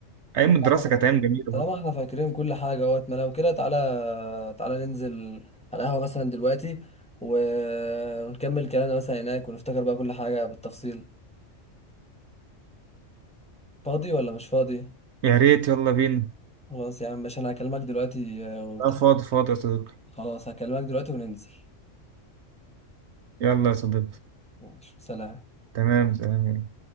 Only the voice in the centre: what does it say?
طالما
احنا
طالما
احنا فاكرين كل حاجه اهوت ما لو كده تعالى تعالى ننزل على القهوه مثلا دلوقتي و... ونكمل كلامنا مثلا هناك ونفتكر بقى كل حاجه بالتفصيل فاضي ولا مش فاضي
خلاص يا عم ماشي انا هكلمك دلوقتي آه، ونتفق
خلاص هكلمك دلوقتي وننزل
ماشي سلام